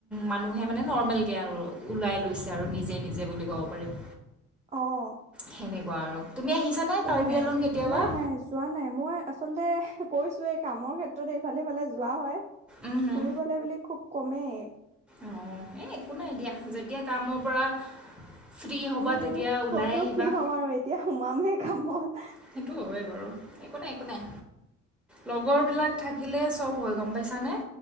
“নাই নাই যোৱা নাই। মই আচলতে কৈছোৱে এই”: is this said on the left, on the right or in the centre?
Right